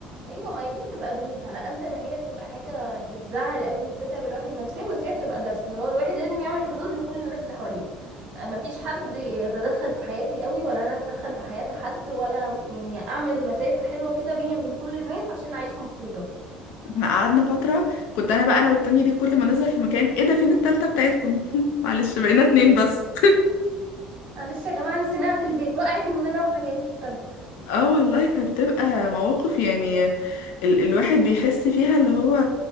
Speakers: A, on the right (about 45°); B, on the left (about 80°).
A: ايوه ما هي دي بتبقى دروس على قد ما هي بتبقى حاجه بتزعل قوي وبتتعب الواحد نفسيا بس هي بتبقى درس اللي هو الواحد لازم يعمل حدود لكل الناس اللي حواليه آه، ما فيش حد يتدخل في حياتي قوي ولا انا اتدخل في حياه حد ولا يعني اعمل مسافه حلوه كده بيني وبين كل الناس عشان اعيش مبسوطه
B: احنا قعدنا فتره كنت انا بقى انا والتانية دي كل ما نظهر في مكان ايه ده فين التالتة بتاعتكم <laughs> معلش بقينا اتنين بس
A: معلش يا جماعه نسيناها في البيت وقعت مننا واحنا جايين في الطريق
B: اه والله فبتبقى مواقف يعني ال الواحد بيحس فيها اللي هو